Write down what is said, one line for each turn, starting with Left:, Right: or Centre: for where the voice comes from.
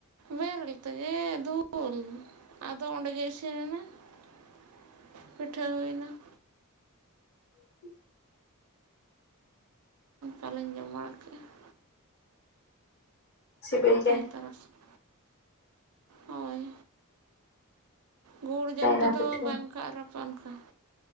Right: ᱵᱮᱨᱮᱞ ᱛᱮᱜᱮ ᱫᱩᱞ, ᱟᱫᱚ ᱚᱸᱰᱮ ᱜᱮ ᱤᱥᱤᱱ ᱮᱱᱟ ᱾ ᱯᱤᱴᱷᱟᱹ ᱦᱩᱭᱱᱟ ᱾
Left: <inaudible>
Right: ᱚᱱᱟᱞᱤᱧ ᱡᱚᱢ ᱵᱟᱲᱟ ᱠᱮᱜᱼᱟ ᱾
Left: ᱥᱤᱵᱤᱞ ᱜᱮ
Right: ᱛᱮᱦᱮᱧ
Left: ᱾
Right: ᱛᱟᱨᱟᱥᱤᱧ ᱦᱳᱭ ᱜᱩᱲ ᱡᱚᱢ
Left: ᱠᱟᱭᱨᱟ
Right: ᱛᱮᱫᱚ
Left: ᱯᱤᱴᱷᱟᱹ
Right: ᱵᱟᱝ ᱠᱷᱟᱨᱟᱯᱟ ᱚᱱᱠᱟ ᱾